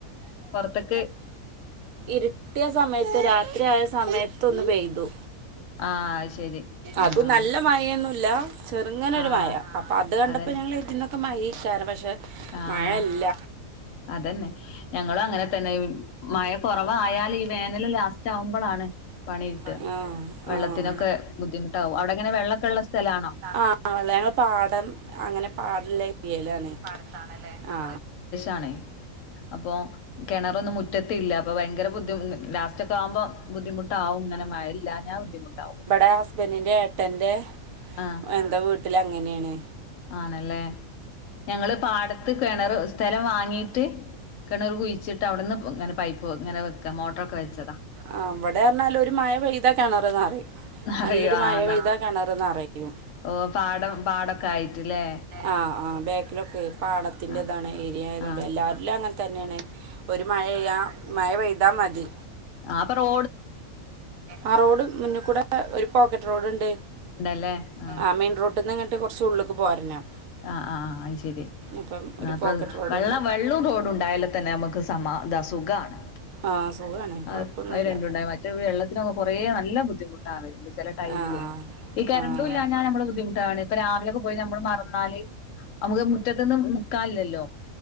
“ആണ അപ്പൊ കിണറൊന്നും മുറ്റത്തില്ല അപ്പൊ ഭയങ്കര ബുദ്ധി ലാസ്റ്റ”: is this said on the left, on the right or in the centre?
Left